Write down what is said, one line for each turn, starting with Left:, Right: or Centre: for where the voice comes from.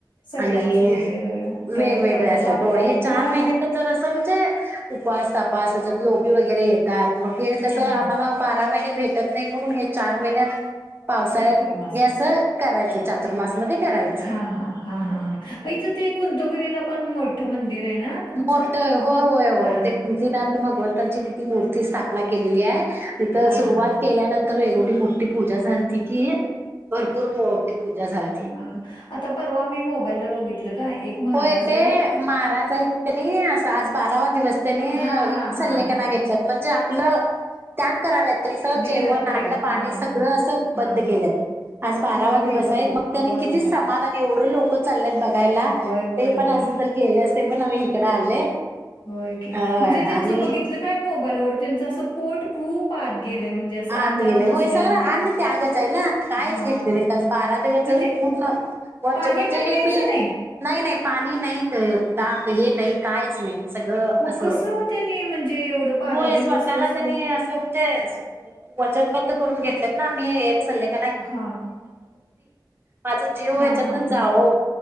Left: सगळ्यांची
Right: आणि
Left: वेगळी वेगळ
Right: वेगवेगळे
Left: काय पद्धत
Right: असतात.
Left: आपली
Right: हो
Left: आपली
Right: हे चार
Left: हा
Right: महिन्याच जर असं म्हणजे उपास तपास लोपी वगैरे येतात. म्हणजे कस
Left: हा
Right: आम्हाला
Left: हा
Right: बारा महिने. भेटत नाही म्हणून हे चार महिन्यात पावसाळ्यात
Left: चातुर्मासाच
Right: हे अस करायचं चातुर्मास मध्ये करायचं.
Left: हा हा हा हा हा इथं ते कुंतवगिरीला पण मंदिर आहे ना तुमचं
Right: मोठ होय होय होय
Left: हा
Right: ते नाथ भगवंत त्यांची मूर्ती स्थापना केलेली आहे. तिथ
Left: हा
Right: सुरुवात
Left: हा हा
Right: केल्यानंतर वेग मोठी पूजा झालती की, भरपूर मोठी पूजा झालती.
Left: हा आता परवा मी मोबाईलला बघितलं का? एक महाराज
Right: होय ते
Left: आहेत
Right: महाराज आहेत त्यांनी, असं आज बारावा दिवस त्यांनी
Left: हा
Right: इ
Left: हा
Right: सल्लेकना
Left: हा हा
Right: घेतल्यात म्हणजेच आपलं... त्यात करातात सगळ
Left: देहत्याग
Right: जेवण अन्न पाणी
Left: हा
Right: सगळं
Left: हा
Right: असं बंद
Left: हा
Right: केलंत.
Left: हा
Right: आज बारावा
Left: होय
Right: दिवस
Left: मी बघित
Right: आहेत. मग त्यानी
Left: होय
Right: कितीच
Left: होय
Right: समाधान आणि एवढं लोक लोक चाललेत बघायला..
Left: होय होय
Right: ते
Left: होय
Right: पण असं तर गेले असते, पण आम्ही इकडे आले.
Left: होय की
Right: अ
Left: म्हणजे त्यांच
Right: आणि
Left: बघितलं काय मोबाईलवर त्यांच अस पोट खूप आत गेलंय म्हणजे असं अन्न
Right: आत गेले. होय
Left: नसल्यामुळं.
Right: सगळ अन्न त्यागच आहे ना काहीच
Left: हां.
Right: घेतले नाही का बारा दिवस
Left: म्हणजे
Right: चला पूर्ण वर्ज
Left: पाणी
Right: म्हणजे
Left: पण
Right: हे
Left: प्यायचं
Right: मी
Left: नाही?
Right: नाही नाही पाणी नाही. का हे नाही कायच नाही. सगळं
Left: मग
Right: असं..
Left: कसं ओ त्यांनी म्हणजे एवढं
Right: होय
Left: दिवस
Right: स्वतःला
Left: कसं?
Right: त्यांनी असं म्हणजे त्यानी वचनबद्ध करून घेतलेत ना. आम्ही सल्लेख
Left: हां.
Right: माझा जीव या
Left: हां,
Right: याच्यात
Left: हां,
Right: जीवो...
Left: हां.